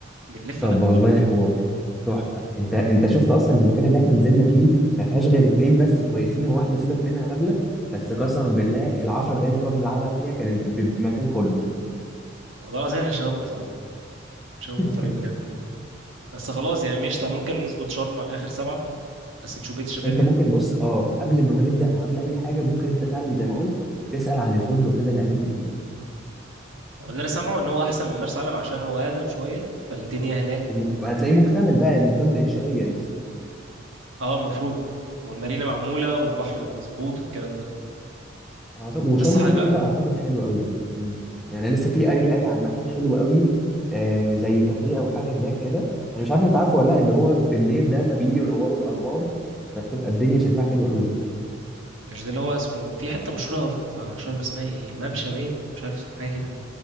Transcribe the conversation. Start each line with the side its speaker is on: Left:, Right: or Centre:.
Right: بنلف
Centre: طب
Right: على اكوا
Centre: والله
Right: بارك
Centre: حوار تحفه انت انت شفت اصلا المكان اللي احنا نزلنا فيه ما فيهاش غير اتنين بس كويسين وواحده سيبك منها هبله بس قسما بالله العشر دقايق اللي كنا بنلعبها فيها كانت ب- ب- بالمكان كله
Right: والله العظيم احنا شباب محترمين شباب
Centre: <laughs>
Right: محترمين بجد يعني بس خلاص يعني ماشي طب ممكن نظبط شرم على اخر سبعه بس نشوف بيت الشباب
Centre: انت
Right: يعني
Centre: ممكن بص اه قبل ما نبدا وقبل اي حاجه ممكن انت فعلا زي ما قلت تسال عن الفندق كده اللي هننزل فيه
Right: هو اللي انا سامعه ان هو احسن من مرسى علم عشان هو اقدم شويه فالدنيا هناك
Centre: وم- وهتلاقيه مكتمل بقى مكتمل انشائيا مثلا
Right: اه المفروض والمارينا معموله والبحر مظبوط والكلام ده
Centre: أعتقد وشرم
Right: بس صح
Centre: كده
Right: بقى
Centre: كده اعتقد حلو قوي مم. يعني أنا لسه في قري قري عن مكان حلو قوي آه زي كافيه او حاجه هناك كده انا مش عارف انت عارفه ولا لا اللي هو بالليل ده اما بيجي ينوروا الانوار فبتبقى الدنيا شكلها حلو قوي
Right: مش ده اللي هو اسمه في حته مشهوره في شرم اسمها ايه الممشى باين ولا مش عارف اسمه حاجه كده